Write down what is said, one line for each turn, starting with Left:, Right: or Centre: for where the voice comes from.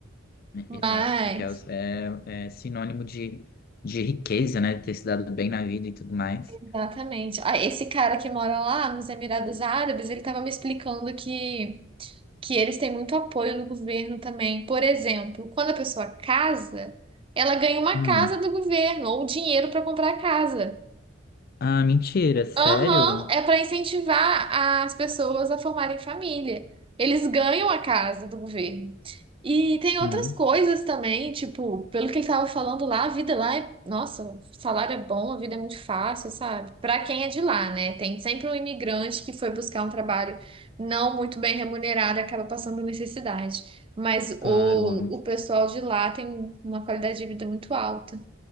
Left: né?
Right: Mas
Left: Exato, porque é, os- é- é sinônimo de, de riqueza, né? De ter se dado bem na vida e tudo mais.
Right: Exatamente. Ah, esse cara que mora lá nos Emirados Árabes, ele estava me explicando que, que eles têm muito apoio do governo também. Por exemplo, quando a pessoa casa, ela ganha uma
Left: Hum.
Right: casa do governo ou dinheiro para comprar a casa.
Left: Ah, mentira, sério?
Right: Aham, é para incentivar as pessoas a formarem família. Eles ganham a casa do governo. E tem outras
Left: Hum.
Right: coisas também, tipo, pelo que ele estava falando lá, a vida lá é, nossa, o salário é bom, a vida é muito fácil, sabe? Para quem é de lá, né? Tem sempre um imigrante que foi buscar um trabalho não muito bem remunerado e acaba passando necessidade. Mas
Left: Claro,
Right: o,
Left: ó.
Right: o pessoal de lá tem uma qualidade de vida muito alta.